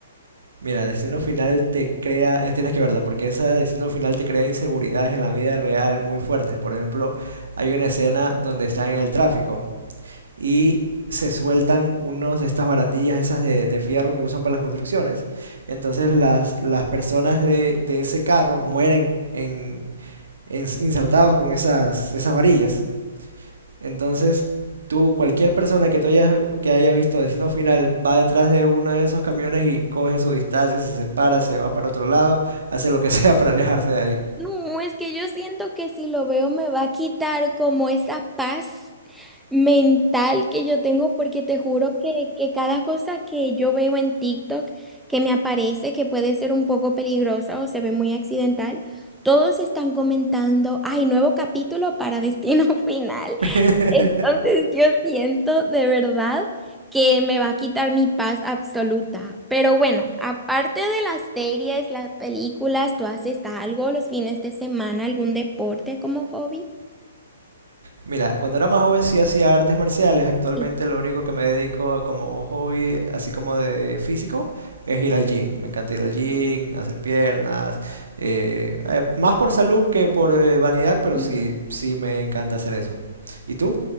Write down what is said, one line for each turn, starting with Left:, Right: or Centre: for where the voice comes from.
Right: Mira, Destino Final te crea, eh, tienes que verla, porque esa Destino Final te crea inseguridades en la vida real muy fuertes. Por ejemplo, hay una escena donde están en el tráfico y se sueltan unos de estas barandillas, esas de, de fierro que usan para las construcciones. Entonces las, las personas de, de ese carro mueren en, en- insertados con esas, esas varillas. Entonces, tú, cualquier persona que, tú hayas- que haya visto Destino Final va detrás de uno de esos camiones y coge su distancia, se separa, se va para otro lado, hace lo que <laughs> sea para alejarse de ahí.
Centre: No, es que yo siento que si lo veo me va a quitar como esa paz mental que yo tengo, porque te juro que, que cada cosa que yo veo en TikTok que me aparece, que puede ser un poco peligrosa o se ve muy accidental, todos están comentando, ay, nuevo capítulo para Destino <laughs> Final.
Right: <laughs>
Centre: Entonces yo siento de verdad que me va a quitar mi paz absoluta. Pero bueno, aparte de las series, las películas, ¿tú haces algo los fines de semana, algún deporte como hobby?
Right: Mira, cuando era más joven sí hacía artes marciales. Actualmente
Centre: Sí.
Right: lo único que me dedico como hobby, así como de físico, es ir al gym. Me encanta ir al gym, hacer piernas. eh, eh, más por salud que por eh, vanidad, pero
Centre: Ujú.
Right: sí, sí me encanta hacer eso. ¿Y tú?